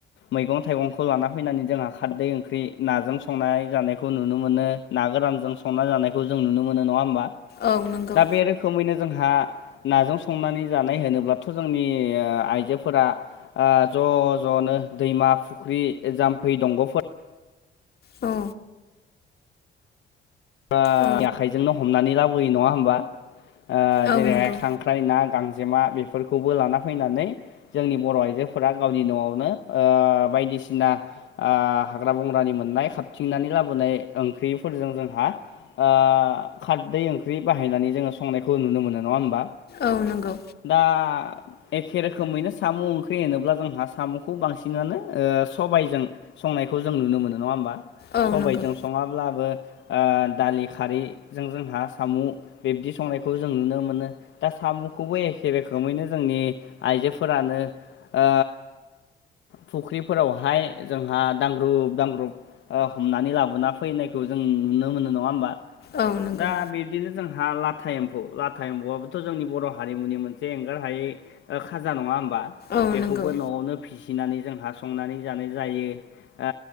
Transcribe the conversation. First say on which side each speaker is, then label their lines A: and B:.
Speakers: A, on the left; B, on the left.
A: मैगं थाइगंखौ लाना फैनानै जोंहा खारदै ओंख्रि नाजों संनाय जानायखौ नुनो मोनो ना गोरानजों संना जानायखौ जों नुनो मोनो नङा होमबा
B: औ नंगौ
A: दा बे रोखोमैनो जोंहा नाजों संनानै जानाय होनोब्लाथ‌ जोंनि आइजोफोरा ओ ज ज नो दैमा फुख्रि जाम्फै दंगफोर
B: औ
A: ओ
B: औ
A: आखाइजोंनो हमनानै लाबोयो नङा होमबा ओ
B: औ
A: जेरैहाय
B: नंगौ
A: खां ख्राय ना गांजेमा बेफोरखौबो लाना फैनानै जोंनि बर' आइजोफोरा गावनि नआवनो ओ बायदिसिना ओ हाग्रा बंग्रानि मोननाय खारथिंनानै लाबोनाय ओंख्रिफोरजों जोंहा ओ खारदै ओंख्रि बाहायनानै जोङो संनायखौ नुनो मोनो नङा होमबा।
B: औ नंगौ
A: दा एखे रोखोमैनो साम ओंख्रि होनोब्ला जोंहा साम खौ बांसिनानो ओ सबायजों संनायखौ जों नुनो मोनो नङा होमबा
B: औ
A: सबाइजों
B: नंगौ
A: सङाब्लाबो ओ दालि खारैजों जोंहा साम बिब्दि संनायखौ जों नुनो मोनो दा साम खौबो एखे रोखोमैनो जोंनि आइजोफोरानो ओ फुख्रिफोरावहाय जोंहा दांग्रुब दांग्रुब ओ हमनानै लाबोना फैनायखौ जों नुनो मोनो नङा होमबा
B: औ नंगौ
A: दा बिदिनो जोंहा लाथा एम्फौ लाथा एम्फौआबोथ जोंनि बर' हारिमुनि मोनसे एंगार हायै ओ खाजा नङा होमबा
B: औ
A: बेखौबो
B: नंगौ
A: नआवनो फिसिनानै जोंहा संनानै जानाय जायो ओ